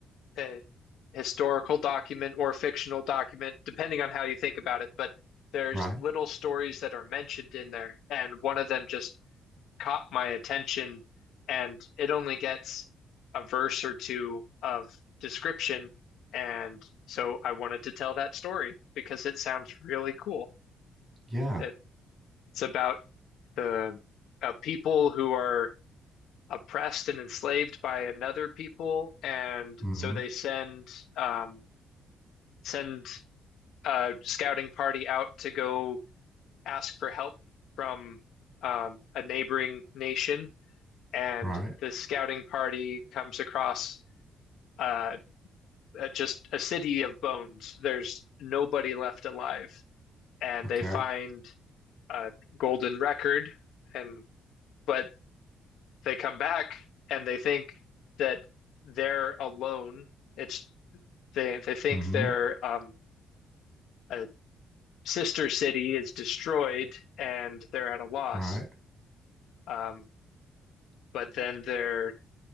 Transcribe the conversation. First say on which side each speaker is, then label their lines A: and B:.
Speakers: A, on the left; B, on the right.
A: a historical document or fictional document, depending on how you think about it, but there's
B: Right.
A: little stories that are mentioned in there, and one of them just caught my attention and it only gets a verse or two of description and so I wanted to tell that story because it sounds really cool.
B: Yeah.
A: It's about the a people who are oppressed and enslaved by another people, and
B: hmm
A: so they send um, send a scouting party out to go ask for help from um, a neighboring nation and
B: Right.
A: the scouting party comes across uh, uh, just a city of bones. There's nobody left alive, and
B: Okay.
A: they find a golden record, and but they come back and they think that they're alone. It's they they think
B: hmm
A: their um, a sister city is destroyed and they're at a loss.
B: Right.
A: Um, but then they're